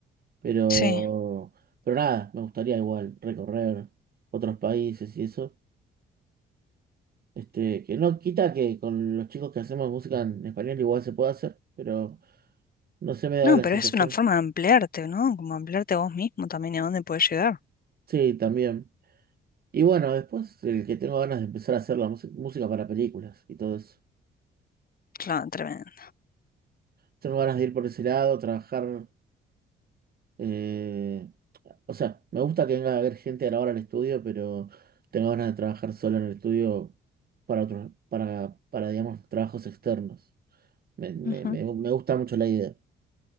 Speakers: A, on the right (about 50°); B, on the left (about 45°).
A: Pero,
B: Sí.
A: pero nada, me gustaría igual recorrer otros países y eso. Este, que no quita que con los chicos que hacemos música en español igual se puede hacer, pero no se me da
B: No,
A: la
B: pero
A: sensación.
B: es una forma de ampliarte, ¿no? Como ampliarte a vos mismo también y a dónde puedes llegar.
A: Sí, también. Y bueno, después el que tengo ganas de empezar a hacer la música, música para películas y todo eso.
B: Claro, tremendo.
A: Tengo ganas de ir por ese lado, trabajar. eh, o sea, me gusta que venga a ver gente a la hora al estudio, pero tengo ganas de trabajar solo en el estudio para otros, para, para, digamos, trabajos externos. me me-
B: Ujú,
A: me- me gusta mucho la idea.